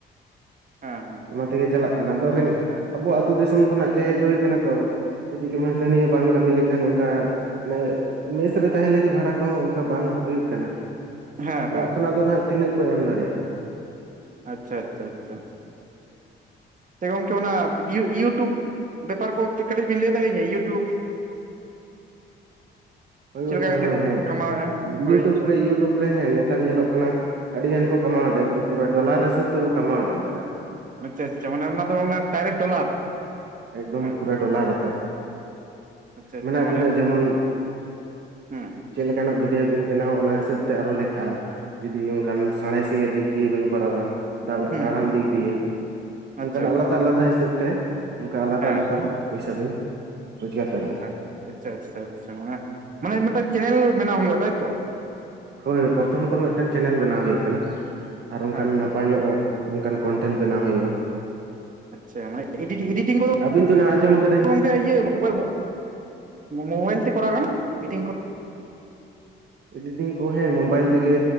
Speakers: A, on the right; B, on the right.
A: ᱦᱮᱸ ᱦᱮᱸ
B: ᱚᱱᱟ ᱛᱮᱜᱮ ᱪᱟᱞᱟᱜ ᱠᱟᱱᱟ ᱟᱫᱚ ᱨᱮᱸᱜᱮᱡ ᱟᱵᱚᱭᱟᱜ ᱟᱛᱳ ᱫᱤᱥᱚᱢ ᱠᱷᱚᱱᱟᱜ ᱜᱮ ᱦᱮᱡ ᱦᱳᱭ ᱠᱟᱱᱟ ᱛᱚ <unintelligible> ᱢᱟ ᱦᱤᱟᱱᱟᱹ ᱱᱤᱭᱟᱹ ᱵᱟᱝ ᱠᱟᱹᱢᱤ ᱞᱮᱠᱷᱟᱱ ᱚᱱᱠᱟ ᱢᱟᱱᱮ ᱢᱮᱥ ᱨᱮ ᱛᱟᱦᱮᱱ ᱞᱟᱹᱜᱤᱜ ᱵᱷᱟᱲᱟ ᱠᱚᱦᱚᱸ ᱚᱝᱠᱟ ᱵᱟᱝ ᱦᱩᱭᱩᱜ ᱠᱟᱱᱟ
A: ᱦᱮᱸ ᱦᱮᱸ
B: ᱚᱲᱟᱜ ᱠᱷᱚᱱᱟᱜ ᱫᱚ ᱱᱟᱦᱟᱹᱜ ᱛᱤᱱᱟᱹᱜ ᱠᱚ ᱮᱢ ᱫᱟᱲᱮᱭᱟᱜᱼᱟ
A: ᱟᱪᱪᱷᱟ ᱟᱪᱪᱷᱟ ᱟᱪᱪᱷᱟ ᱜᱚᱝᱠᱮ ᱚᱱᱟ ᱤᱭᱩ ᱤᱭᱩᱴᱩᱵᱽ ᱵᱮᱯᱟᱨ ᱠᱚ ᱛᱤᱠᱟᱹᱛᱤᱡ ᱵᱤᱱ ᱞᱮᱭ ᱫᱟᱲᱮᱧᱟᱹ ᱤᱭᱩᱴᱩᱵᱽ
B: ᱦᱳᱭ
A: ᱪᱮᱫ
B: ᱜᱚᱝᱠᱮ
A: ᱞᱮᱠᱟ ᱠᱟᱛᱮ
B: ᱦᱳᱭ
A: ᱠᱚ
B: ᱦᱮᱸ
A: ᱠᱟᱢᱟᱣᱮᱫᱼᱟ
B: ᱤᱭᱩᱴᱩᱵ
A: ᱦᱳᱭ
B: ᱨᱮ ᱤᱭᱩᱴᱩᱵ ᱨᱮ ᱦᱮᱸ ᱱᱮᱛᱟᱨ ᱧᱮᱞᱚᱜ ᱠᱟᱱᱟ ᱟᱹᱰᱤ ᱜᱟᱱ ᱠᱚ ᱠᱟᱢᱟᱣ ᱫᱟ ᱮᱠᱫᱚᱢ ᱯᱩᱨᱟᱹ ᱰᱚᱞᱟᱨ ᱦᱤᱥᱟᱹᱵ ᱛᱮᱠᱚ ᱠᱟᱢᱟᱣᱫᱟ ᱱᱮᱛᱟᱨ
A: ᱟᱪᱪᱷᱟ ᱟᱪᱷᱟ ᱢᱟᱱᱮ ᱚᱱᱟ ᱫᱚ ᱢᱟᱱᱮ ᱰᱟᱭᱨᱮᱠᱴ ᱰᱚᱞᱟᱨ
B: ᱮᱠᱫᱚᱢ
A: ᱦᱮᱸ
B: ᱯᱩᱨᱟᱹ ᱰᱚᱞᱟᱨ ᱟᱛᱮᱜ
A: ᱟᱪᱪᱷᱟ ᱟᱪᱪᱷᱟ
B: ᱢᱟᱱᱮ ᱟᱹᱵᱤᱱᱟᱜ ᱡᱮᱢᱚᱱ
A: ᱦᱩᱸ
B: ᱪᱮᱜ ᱞᱮᱠᱟᱱᱟᱜ ᱵᱷᱤᱰᱭᱳ ᱵᱤᱱ ᱵᱮᱱᱟᱣ ᱚᱱᱟ ᱦᱤᱥᱟᱹᱵ ᱛᱮ ᱟᱨᱦᱚ ᱞᱮᱠᱷᱟᱜᱼᱟ ᱡᱩᱫᱤ ᱚᱝᱠᱟᱱ ᱥᱟᱬᱮᱥᱤᱭᱟᱹ ᱫᱤᱠ ᱫᱤᱭᱮ ᱵᱮᱱ ᱠᱚᱨᱟᱣᱟ ᱫᱟᱜ
A: ᱦᱩᱸ
B: ᱫᱟᱬᱟᱱ
A: ᱦᱩᱸ
B: ᱫᱤᱠ ᱫᱤᱭᱮ
A: ᱟᱪᱪᱷᱟ
B: ᱚᱝᱠᱟᱱᱟᱜ ᱟᱞᱟᱫᱟ ᱟᱞᱟᱫᱟ ᱦᱤᱥᱟᱹᱵ ᱛᱮ ᱚᱝᱠᱟ ᱟᱞᱟᱫᱟ
A: ᱦᱮᱸ
B: ᱟᱞᱟᱫᱟ ᱯᱚᱭᱥᱟ ᱵᱤᱱ ᱨᱳᱡᱽᱜᱟᱨ ᱫᱟᱲᱮᱜ
A: ᱟᱪ ᱟᱪᱪᱷᱟ ᱟᱪᱪᱷᱟ ᱟᱪᱪᱷᱟ ᱢᱟᱱᱮ ᱢᱟᱱᱮ ᱢᱤᱫᱴᱟᱝ ᱪᱮᱱᱮᱞ ᱢᱮᱱᱟᱣ ᱦᱩᱭᱩᱜᱼᱟ ᱛᱟᱭᱛᱚ
B: ᱦᱳᱭ ᱯᱚᱨᱛᱷᱚᱢᱚᱛᱚ ᱢᱮᱜᱴᱮᱱ ᱪᱮᱱᱮᱞ ᱵᱮᱱᱟᱣ ᱦᱩᱭᱩᱜ ᱠᱟᱱᱟ ᱟᱨ ᱚᱝᱠᱟᱱ
A: ᱦᱮᱸ
B: ᱱᱟᱯᱟᱭ
A: ᱦᱮᱸ
B: ᱧᱚᱜᱼᱟᱜ ᱚᱝᱠᱟᱱ ᱠᱚᱱᱴᱮᱱᱴ ᱵᱮᱱᱟᱣ ᱦᱳᱭᱳᱜᱼᱟ
A: ᱟᱪᱪᱷᱟ ᱢᱟᱱᱮ ᱤᱰᱤᱴ ᱤᱰᱤᱴᱤᱝ ᱠᱚᱫᱚ
B: ᱟᱹᱵᱤᱱ ᱛᱚ ᱱᱟᱜ ᱟᱸᱡᱚᱢ ᱠᱟᱹᱫᱟᱹᱧ
A: ᱜᱚᱝ ᱡᱮ ᱤᱭᱟ ᱢᱳᱵᱟᱞ ᱢᱳ ᱢᱳᱵᱟᱭᱤᱞ ᱛᱮ ᱠᱚᱨᱟᱣ ᱜᱟᱱᱚᱜᱼᱟ ᱤᱰᱤᱴᱤᱝ ᱠᱚ
B: ᱮᱰᱤᱴᱤᱝ ᱠᱚ ᱦᱮᱸ ᱢᱳᱵᱟᱭᱤᱞ ᱛᱮᱜᱮ